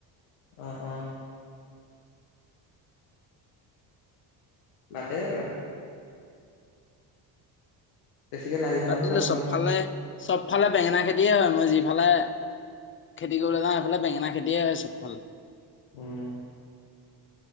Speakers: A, on the left; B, on the left.
A: অ অ। বাদ দে সেইবিলাক। বেছিকে লাগি থকাটো
B: পাতিলো
A: ভাল কথা
B: চবফালে
A: নহয়।
B: চবফালে বেঙেনা খেতিয়ে হয়, মই যিফালে খেতি কৰিবলগীয়া হয় সেইফালে বেঙেনা খেতিয়ে হয় চব ফালে।
A: উম।